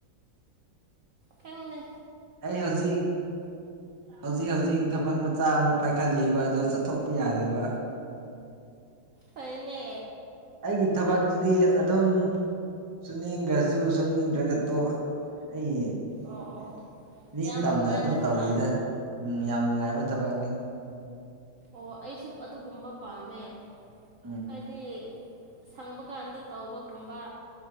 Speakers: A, on the right; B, on the right.
A: ꯐꯪꯅꯦ
B: ꯑꯩ ꯍꯧꯖꯤꯛ ꯍꯧꯖꯤꯛ ꯍꯧꯖꯤꯛ ꯊꯕꯛ ꯃꯆꯥ ꯑꯃ ꯄꯥꯏꯈꯠꯂꯤꯕ ꯑꯗꯣ ꯆꯠꯊꯣꯛꯄ ꯌꯥꯗꯦꯕ
A: ꯑꯅꯦ
B: ꯑꯩꯒꯤ ꯊꯕꯛꯇꯨꯗꯤ ꯑꯗꯨꯝ ꯁꯨꯝ ꯅꯤꯡꯈ꯭ꯔꯁꯨ ꯁꯨꯝ ꯅꯤꯡꯅꯤꯗ꯭ꯔꯒ ꯇꯣ ꯑꯩꯒꯤ
A: ꯑꯣ ꯑꯣ ꯑꯣ
B: ꯅꯤꯡꯇꯝꯅ
A: ꯌꯥꯝ ꯅꯨꯡꯉꯥꯏꯕ
B: ꯑꯗꯨꯝ
A: ꯊꯕꯛ
B: ꯇꯧꯔꯤꯗ ꯎꯝ ꯌꯥꯝ ꯅꯨꯡꯉꯥꯏꯕ ꯊꯕꯛꯅꯤ
A: ꯑꯣ ꯑꯩꯁꯨ ꯑꯗꯨꯒꯨꯝꯕ ꯄꯥꯝꯃꯦ
B: ꯎꯝ
A: ꯍꯥꯏꯗꯤ ꯁꯪꯕ ꯀꯥꯟꯗ ꯇꯧꯕꯒꯨꯝꯕ